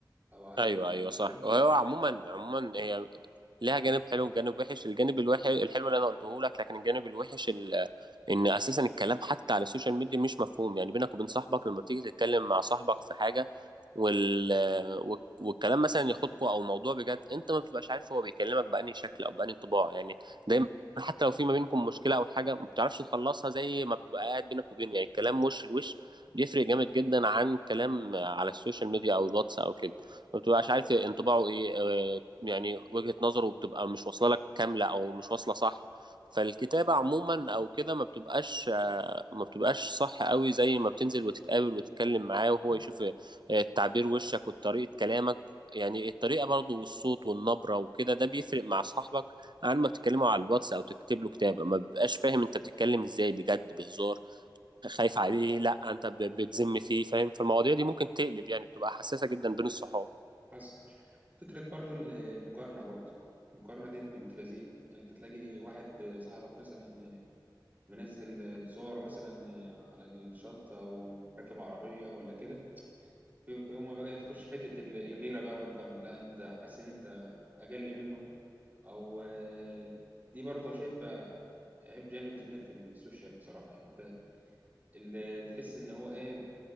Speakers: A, on the right; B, on the right.
A: او على
B: ايوه ايوه
A: الفرق
B: صح وهو
A: ده
B: عموما عموما هي لها جانب حلو وجانب وحش الجانب الوحش الحلو اللي انا قلته لك لكن الجانب الوحش ال- ان اساسا الكلام حتى على السوشيال ميديا مش مفهوم يعني بينك وبين صاحبك لما بتيجي تتكلم مع صاحبك في حاجه وال... وال- والكلام مثلا ياخدكوا او موضوع بجد انت ما بتبقاش عارف هو بيكلمك بأني شكل او بأني انطباع يعني دايما حتى لو في ما بينكم مشكله او حاجه ما بتعرفش تخلصها زي ما بتبقى قاعد بينك وبينه يعني الكلام وش لوش بيفرق جامد جدا عن كلام على السوشيال ميديا او الواتس او كده ما بتبقاش عارف انطباعه ايه آه، يعني وجهة نظره بتبقى مش واصله لك كامله او مش واصله صح فالكتابة عموما او كده ما بتبقاش آه، ما بتبقاش صح قوي زي ما بتنزل وتتقابل وتتكلم معاه وهو يشوف آه، تعبير وشك وطريقة كلامك يعني الطريقة برضو والصوت والنبرة وكده ده بيفرق مع صاحبك عن ما بتتكلموا على الواتس او تكتب له كتابة ما بيبقاش فاهم انت بتتكلم ازاي بجد بهزار خايف عليه لا انت ب- بتذم فيه فاهم فالمواضيع دي ممكن تقلب يعني بتبقى حساسة جدا بين الصحاب
A: حصل فكرة برضو ال- المقارنة برضو المقارنة ديت بنت لذين يعني انت تلاقي واحد آه، صاحبك مثلا آه، منزل آه، صوره مثلا آه، على الشط او راكب عربية ولا كده في في يوم ما بقى تخش حتة ال- الغيرة بقى والمقارنة لا انت حاسس ان انت اقل منه او آه، دي برضو شايفها عيب جامد جدا في السوشيال بصراحة يعني انت اللي تحس ان هو ايه